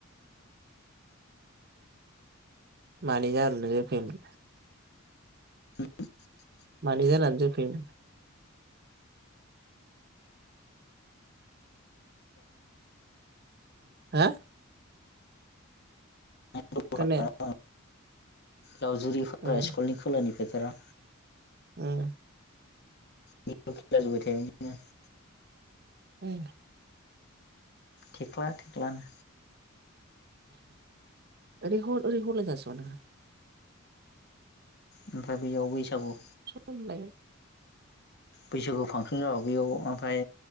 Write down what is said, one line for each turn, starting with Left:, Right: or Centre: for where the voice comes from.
Right: मानि <unintelligible>
Left: <unintelligible>
Right: मानि जानानै जों फैयोमोन हो
Left: <unintelligible>
Right: खोनाया
Left: लावजुरिफोरा
Right: उम
Left: स्कुलनि खोलानि फोथारा
Right: उम
Left: <unintelligible>
Right: <unintelligible>
Left: थेख्ला थेख्लानो
Right: रिहल रिहल दास'ना
Left: ओमफाय बेैयाव बैसागु
Right: हबाय
Left: बैसागु फांसन जाबो बेयाव ओमफ्राय